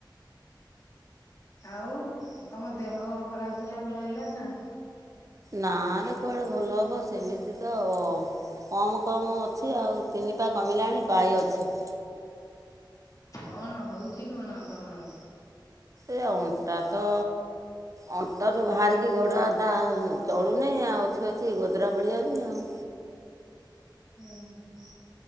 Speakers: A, on the left (about 45°); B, on the right (about 40°).
A: ଆଉ ତମ ଦେହ କଁ ଖରାପ୍ ଥିଲା ଭଲ ହେଇଗଲାଣିନା?
B: ନାରେ କୁଆଡ଼େ ଭଲ ହବ ସେମିତିତ ଅ କମ୍ କମ୍ ଅଛି ଆଉ ତିନିପା କମିଲାଣି ପାଏ ଅଛି।
A: କଣ ହଉଚି କଣ ତମର?
B: ଏ ଅଣ୍ଟାତ ଅଣ୍ଟାରୁୁ ବାହାରିକି ଗୋଡ଼ଟା ଚଳୁନି ଆଉ ଅଛି ଅଛି ଗୋଦରା ପଡ଼ି ଯାଉଚି ଆଉ।
A: ଉଁ ହୁଁ